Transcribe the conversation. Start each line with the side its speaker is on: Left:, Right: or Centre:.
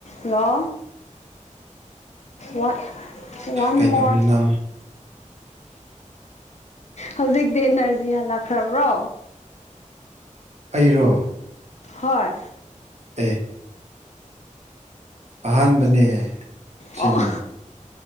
Left: hello one one
Right: ꯀꯩꯗꯧꯔꯤꯅꯣ
Left: ꯃꯣꯔ ꯍꯧꯖꯤꯛꯇꯤ ꯏꯅꯔꯖꯤ ꯍꯜꯂꯛꯈ꯭ꯔꯕ꯭ꯔꯣ
Right: ꯑꯩꯔꯣ
Left: ꯍꯣꯏ
Right: ꯑꯦ ꯑꯍꯥꯟꯕꯅꯦ ꯁꯤꯅ
Left: ꯑꯣ